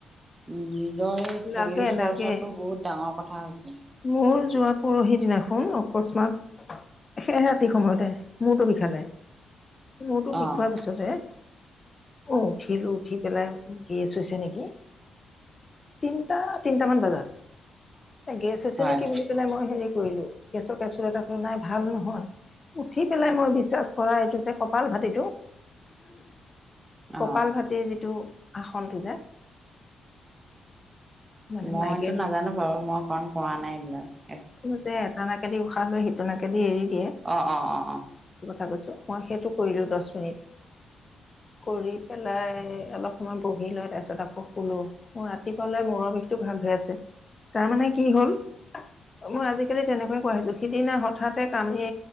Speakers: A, on the right (about 25°); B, on the left (about 30°).
A: উ' নিজৰ শৰীৰ
B: লাগে
A: চৰ্চাতটো
B: লাগে
A: বহুত ডাঙৰ কথা হৈছে।
B: মোৰ যোৱা পৰহি দিনাখন অকস্মাত শে ৰাতি সময়তে মোৰতো বিশ খালে, মোৰতো
A: অ',
B: বিষোৱাৰ পিছত তাৰিছ অ' উঠিলো উঠি পেলাই, গেছ হৈছে নেকি। তিনটাতিনটা মান বজাত এ, গেছ হৈছে
A: হয়
B: নেকি বুলি কলে, মই হেৰি কৰিলোঁ, গেছৰ কেপচুল এটা খ নাই ভাল নহয়। উঠি পেলাই মই বিশ্বাস কৰা এইটো যে কপাল ভতিটো
A: অ'।
B: কপাল ভটিৰ যিটো আসনটো যে মানে
A: মইতো
B: মাইগ্ৰেইনৰ
A: নাজানো বাৰু, মই ফোন কৰা নাই দিয়া।
B: যে, এটা নাকেদি উশাহ লৈ সিটো নাকেদি এৰি দিয়ে।
A: অ', অ', অ', অ'।
B: কথা কৈছোঁ, মই সেইটো কৰিলো দহ মিনিট। কৰি পেলাই, অলপ সময় বহি লয় তাৰপিছত আকৌ শুলো। মই ৰাতিপুৱালে মূৰৰ বিষটো ভাল হৈ আছে। তাৰমানানে কি হ'ল মই আজিকালি তেনেকৈ কোৱা আহিছোঁ। সিদিনা হঠাতে কামি